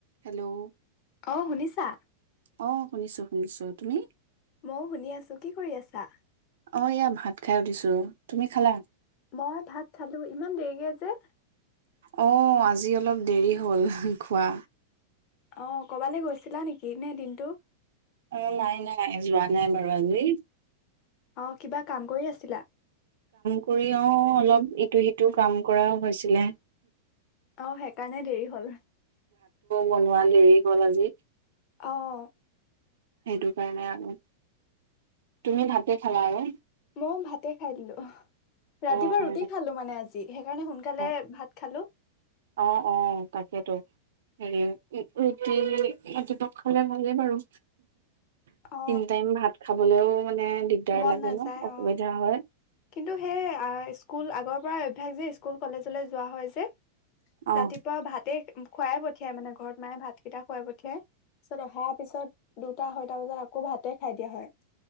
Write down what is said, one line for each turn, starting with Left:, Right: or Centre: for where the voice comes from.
Right: হেল্ল'
Left: অ শুনিছা।
Right: অঁ শুনিছোঁ শুনিছোঁ তুমি।
Left: ময়ও শুনি আছো কি কৰি আছা।
Right: অ এয়া ভাত খাই উথিছো তুমি খালা।
Left: মই ভাত খালো ইমান দেৰি। কে যে
Right: অ আজি অলপ দেৰি হ'ল খোৱা।
Left: অ কবালৈ গৈছিলা নেকি নে দিনটো।
Right: অ নাই নাই যোৱা নাই বাৰু আজি।
Left: অ কিবা কাম কৰি আছিলা।
Right: কৰিও অলপ ইটো সিটো কাম কৰাও হৈছিলে।
Left: আহ সেইকাৰণেই দেৰি হ'ল।
Right: বনোৱালি এইৰি গ'ল আজি।
Left: অঁ।
Right: সেইটো কাৰণে আৰু তুমি ভাতে খালা আৰু
Left: অঁ ভাতে খাই দিলো। ৰাতিপুৱা
Right: অ অ
Left: ৰুটি খালো মানে আজি সেইকাৰণে সোনকালে
Right: অ
Left: ভাত খালো।
Right: অ অ তাকেইতো হেৰি ৰুটি ৰাতিপুৱা খালে ভালেই বাৰু
Left: অ
Right: তিন টাইম ভাত খাবলেও মানে। দিগদাৰ
Left: মন
Right: লাগে
Left: নাযায়
Right: ন অসুবিধা
Left: অ।
Right: হয়।
Left: কিন্তু সেই স্কুল আগৰ পৰাই অভ্যাস যে স্কুল কলেজলৈ যোৱা হয় যে।
Right: অ
Left: ৰাতিপুৱা ভাতে খুৱাই পঠিয়াই মানে ঘৰত মানে ভাতকেইটা খুৱাই পঠিয়াই। পিছত অহাৰ পিছত দু দুটা আঢ়ৈটা বজাত আকৌ ভাতে খাই দিয়া হয়।